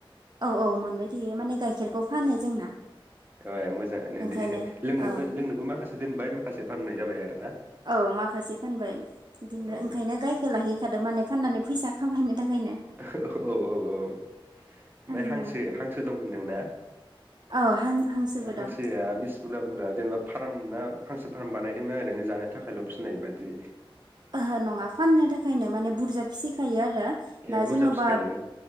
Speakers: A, on the right; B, on the right.
A: औ औ मोनबाय थायो माने गाइखेरखौ फानो। जोंना
B: ए मोजांङानो
A: ओंखायनो
B: दे लोंनोबो
A: औ
B: लोंनोबो माखासे दोनबाय मा माखासे फाननाय जाबाय आरो ना?
A: औ माखासे फानबाय बिदिनो
B: औ
A: ओंखायनो गायखौ लाहिखादो माने फाननानै फैसा खामायनो
B: <unintelligible>
A: थाखायनो
B: औ औ ओमफाय
A: फानबाय
B: हांसो हांसो दं होनदोंना?
A: औ हांसोबो
B: हांसोआ
A: दं
B: बिसि बुरजा बुरजा जेनेबा फारामना हांसो फार्म बानायदोंना ओरै जानो थाखाय ल फिनाय बादि
A: ओहो नंङा फाननो थाखायनो माने बुरजा फिसिखायो आरो।
B: ए
A: दा
B: बुरजा
A: जेनबा
B: फिखायो